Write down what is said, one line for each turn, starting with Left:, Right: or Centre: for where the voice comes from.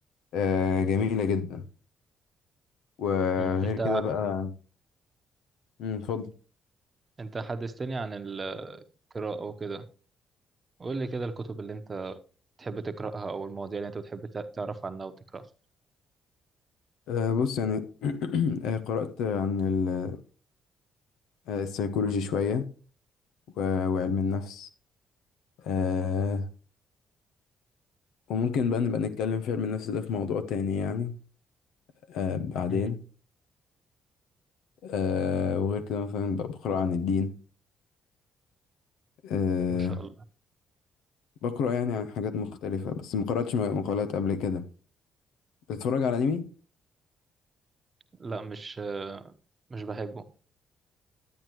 Left: آه، جميلة جدا وغير
Right: امم انت
Left: كده بقى مم، اتفضل
Right: انت حدثتني عن القراءة وكده قول لي كده الكتب اللي انت بتحب تقرأها او المواضيع اللي انت بتحب تع- تعرف عنها وتقرأها
Left: آه، بص يعني <clears throat> آه، قرأت عن ال- آه، السيكولوجي شوية و- وعلم النفس آه، وممكن بقى نبقى نتكلم في علم النفس ده في موضوع تاني يعني آه، بعدين
Right: امم
Left: آه، وغير كده مثلا بقى بقرأ عن الدين آه،
Right: ما شاء الله
Left: بقرأ يعني عن حاجات مختلفة بس ما قرأتش م- مقالات قبل كده بتتفرج على أنمي؟
Right: لا مش مش بحبه